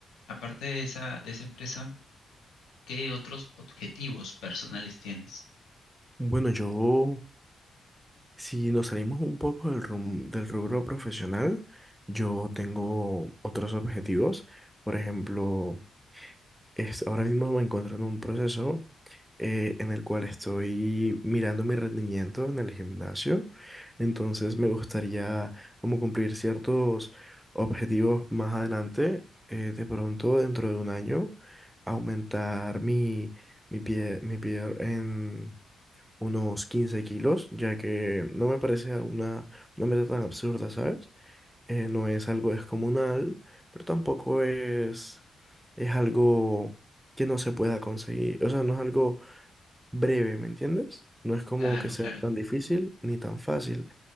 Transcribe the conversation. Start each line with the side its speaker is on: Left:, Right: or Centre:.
Left: aparte de esa, de esa empresa, ¿qué otros objetivos personales tienes?
Centre: Bueno, yo, si nos salimos un poco del, rum- del rubro profesional, yo tengo otros objetivos. Por ejemplo... Es, ahora mismo me encuentro en un proceso eh, en el cual estoy mirando mi rendimiento en el gimnasio. Entonces me gustaría como cumplir ciertos objetivos más adelante. eh, de pronto, dentro de un año, aumentar mi, mi pie, mi pie en unos 15 kilos, ya que no me parece una, una meta tan absurda, ¿sabes? eh, no es algo descomunal, pero tampoco es, es algo que no se pueda conseguir. O sea, no es algo breve, ¿me entiendes? No es como
Left: Claro,
Centre: que sea
Left: claro.
Centre: tan difícil ni tan fácil,